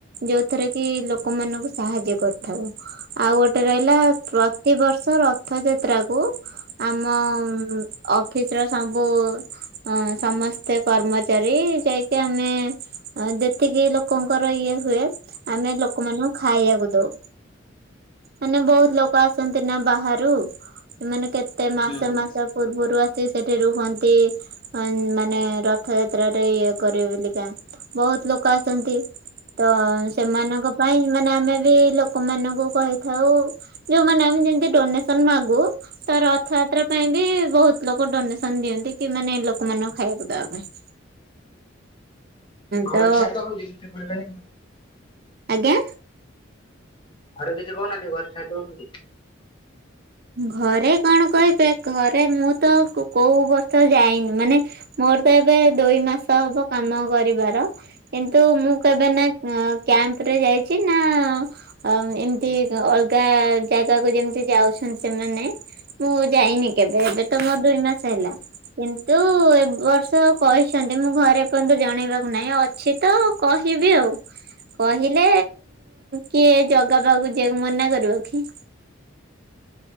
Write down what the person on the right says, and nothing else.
ଯୋଉଥିରେ କି ଲୋକମାନାନଙ୍କୁ ସାହାଯ୍ୟ କରିଥାଉ। ଆଉ ଗୋଟେ ରହିଲା ପ୍ରତିିବର୍ଷ ର ରଥଯାତ୍ରାକୁ ଆମ ଅଫିସ୍ ର ସବୁ ଅ ସମସ୍ତେ କର୍ମଚାରୀ ଯାଇକି ଆମେ ଯେତିକି ଲୋକଙ୍କର ଇଏ ହୁଏ ଆମେ ଲୋକମାନଙ୍କୁ ଖାଇବାକୁ ଦଉ। ମାନେ ବହୁତ ଲୋକ ଆସନ୍ତି ନା ବାହାରୁ ସେମାନେ କେ ତେ ମାସ
ମାସ ପୂର୍ବରୁ ଆସି ସେଠି ରୁହନ୍ତି। ଅ ମାନେ ରଥଯାତ୍ରାରେ ଇଏ କରିବେ ବୋଲିକା ବହୁତ ଲୋକ ଆସନ୍ତି। ତ ସେମାନଙ୍କ ପାଇଁ ମାନେ ଆମେ ବି ଲୋକମାନଙ୍କୁ କହିଥାଉ ଯୋଉ ମାନେ ଆମେ ଯେମତି ଡୋନେସନ ମାଗୁ ତ ରଥଯାତ୍ରା ପାଇଁ ବି ବହୁତ ଲୋକ ଡୋନେସନ ଦିଅନ୍ତି। କି ମାନେ ଲୋକମାନଙ୍କୁ ଖାଇବାକୁ ଦବା ପାଇଁ। ତ
ଆଜ୍ଞା।
ଘରେ କଣ କହିବେ ଘରେ ମୁଁ ତ କୋ କୋଉ ବର୍ଷ ଯାଇନି ମାନେ ମୋର ତ ଏବେ ଦୁଇ ମାସ ହବ କାମ କରିବାର। କିନ୍ତୁ ମୁଁ କେବେ ନା କ୍ୟାମ୍ପ ରେ ଯାଇଛି ନା ଅ ଏମିତି ଅଲଗା ଜାଗାକୁ ଯେମିତି ଯାଉଛନ୍ତି ସେମାନେ। ମୁଁ ଯାଇନି କେବେ ଏବେ ତ ମୋର ଦୁଇ ମାସ ହେଲା। କିନ୍ତୁ ଏ ବର୍ଷ କହିଛନ୍ତି ମୁଁ ଘରେ ଏପର୍ଯ୍ୟନ୍ତ ଜଣେଇବାକୁ ନାଇଁ ଅ ଛିତ କହିବି ଆଉ। କହିଲେ କିଏ ଜଗା ପାଖକୁ ଯିବାକୁ ମନା କରିବ କି?